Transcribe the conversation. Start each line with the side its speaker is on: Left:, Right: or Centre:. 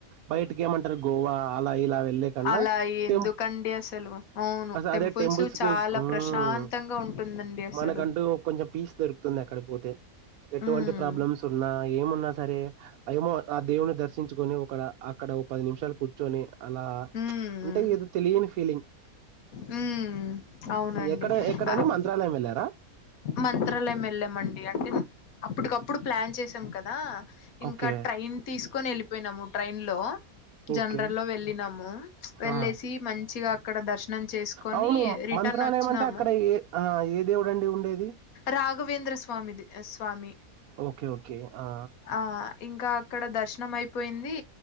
Right: బైయటికేమంటారు గోవా అలా ఇలావ కన్నా
Left: అలా ఎందుకండి
Right: టె
Left: అసలు అవును
Right: అదే టెంపుల్స్
Left: చాలా
Right: మ్మ్
Left: ప్రశాంతంగా ఉంటుందండి అసలు
Right: మనకంటూ కొంచెం పీస్ దొరుకుతుంది అక్కడి పోతే ఎటువంటి
Left: ఉమ్
Right: ప్ర ప్రాబ్లమ్స్ ఉన్నా ఏమున్నా సరే ఏమో ఆ దేవుని దర్శించుకొని అక్కడ అక్కడ ఓ పది నిమిషాలు కూర్చొని అలా
Left: ఉమ్
Right: ఉంటే ఏదో తెలియని ఫీలింగ్
Left: హ్మ్. అవునండి.
Right: ఎక్కడ ఎక్కడండి
Left: ఆహ్,
Right: మంత్రాలయం వెళ్ళారా
Left: మంత్రాలయం వెళ్ళామండి అంటే అప్పటికప్పుడు ప్లాన్ చేసాం కదా ఇంకా
Right: ఓకే
Left: ట్రైన్ తీసుకొని వెళ్ళిపోయినాము ట్రైన్ లో జనరల్లో
Right: ఓకే
Left: వెళ్ళినాము వెళ్ళేసి
Right: ఆ
Left: మంచిగా అక్కడ దర్శనం చేసుకొని
Right: అవును
Left: రిటర్న్
Right: మంత్రాలయం
Left: వచ్చినాము
Right: అంటే అక్కడ ఏ ఆ ఏ దేవుడండి ఉండేది
Left: రఘావేంద్ర స్వామిది స్వామి
Right: ఓకే ఓకే ఆ
Left: ఆ ఇంకా అక్కడ దర్శనం అయిపోయింది